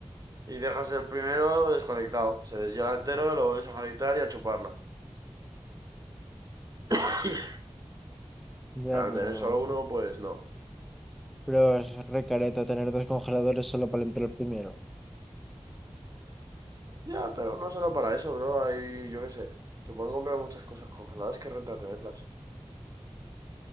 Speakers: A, on the right; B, in the centre.
A: Y dejas el primero desconectado. Se deshiela entero, lo vuelves a conectar y a chuparla. <laughs>
B: Ya,
A: Pero al
B: pero...
A: tener solo uno, pues no.
B: Pero es re careta tener dos congeladores solo para limpiar el primero.
A: Ya, pero no solo para eso, bro. Hay, yo qué sé. Se pueden comprar muchas cosas congeladas que renta tenerlas.